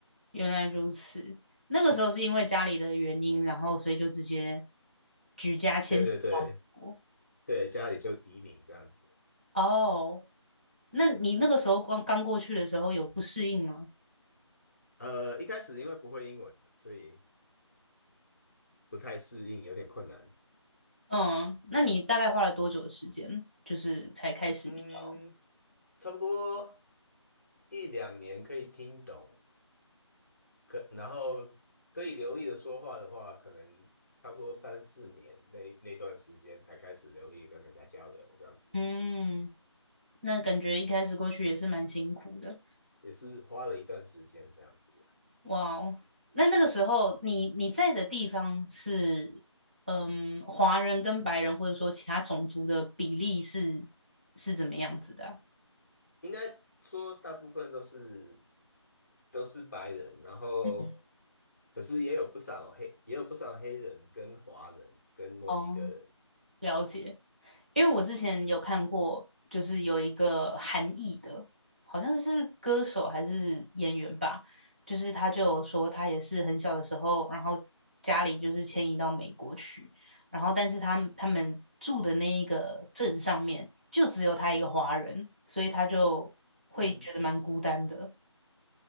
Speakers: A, on the right (about 20°); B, on the left (about 35°).
A: 原来如此。那个时候是因为家里的原因，然后所以就直接举家迁徙到美国。
B: 对对对对，家里就移民这样子。
A: 哦，那你那个时候刚刚过去的时候有不适应吗？
B: 呃，一开始因为不会英文，所以不太适应，有点困难。
A: 嗯，那你大概花了多久的时间，就是才开始比较？
B: 嗯，差不多一两年可以听懂，可然后可以流利的说话的话，可能差不多三四年那那段时间才开始流利地跟人家交流，这样子
A: 嗯，那感觉一开始过去也是蛮辛苦的。
B: 也是花了一段时间这样子。
A: 哇哦，那那个时候你你在的地方是，嗯，华人跟白人或者说其他种族的比例是是怎么样子的啊？
B: 应该说大部分都是都是白人，然后
A: 嗯。
B: 可是也有不少黑也有不少黑人跟华人跟墨西哥人，
A: 哦，了解，因为我之前有看过，就是有一个韩裔的，好像是歌手还是演员吧，就是他就有说他也是很小的时候，然后家里就是迁移到美国去，然后但是他他们住的那一个镇上面就只有他一个华人，所以他就会觉得蛮孤单的。
B: 嗯，